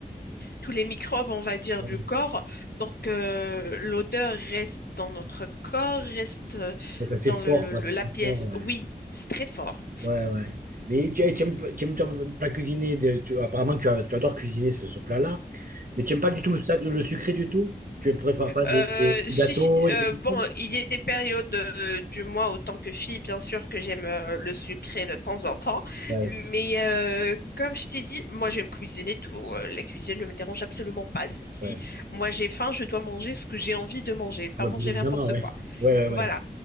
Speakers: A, on the left; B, on the right.
A: tous les microbes, on va dire,
B: Ouais.
A: du corps. Donc, euh, l'odeur reste dans notre corps, reste euh,
B: Ouais, ça,
A: dans
B: c'est fort,
A: le- le-
B: quoi.
A: le-
B: C'est
A: la
B: très
A: pièce.
B: fort, ouais.
A: Oui, c'est très fort.
B: Ouais, ouais. Mais tu, tu aimes, tu aimes ton plat cuisiné de, tu- apparemment, tu, as- tu adores cuisiner ce, ce plat-là, mais tu n'aimes pas du tout le, sa- le sucré du tout? Tu ne préfères pas des,
A: Euh,
B: des
A: si-
B: gâteaux,
A: si-
B: des
A: euh,
B: trucs
A: bon,
B: comme ça?
A: il y a des périodes euh, du mois, autant que fille, bien sûr que j'aime euh, le sucré de temps en temps.
B: Ouais,
A: Mais euh, comme je t'ai dit, moi j'aime cuisiner tout. Euh, la cuisine ne me dérange absolument pas. Si
B: ouais.
A: moi j'ai faim, je dois manger ce que j'ai envie de manger, pas
B: Ah bah,
A: manger
B: bien évidemment,
A: n'importe
B: ouais.
A: quoi.
B: Ouais, ouais, ouais.
A: Voilà.